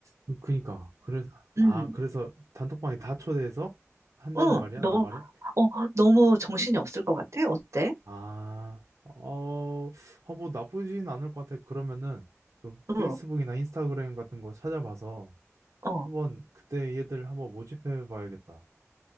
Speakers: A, on the right; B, on the right.
A: 그- 그니까 그래서
B: 음,
A: 아 그래서 단톡방에 다 초대해서 한다는
B: 응,
A: 말이야?
B: 너무,
A: 너 말은?
B: 어, 너무 정신이 없을 것 같아? 어때?
A: 아, 어, 어, 뭐 나쁘진 않을 것 같아. 그러면은 그
B: 응,
A: 페이스북이나 인스타그램 같은 거 찾아봐서
B: 어.
A: 한번 그때 얘들 한번 모집해 봐야겠다.